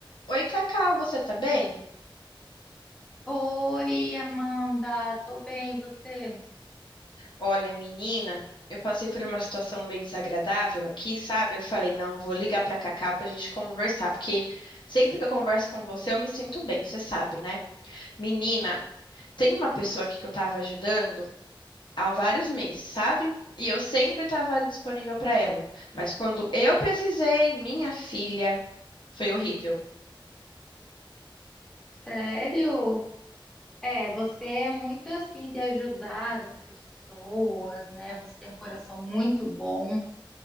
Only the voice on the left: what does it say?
Oi, Cacau, você tá bem?
Olha, menina, eu passei por uma situação meio desagradável aqui, sabe? Eu falei, não, eu vou ligar pra Cacau pra gente conversar, porque sempre que eu converso com você, eu me sinto bem, você sabe, né? Menina, tem uma pessoa aqui que eu tava ajudando há vários meses, sabe? E eu sempre tava ali disponível pra ela. Mas quando eu precisei, minha filha, foi horrível.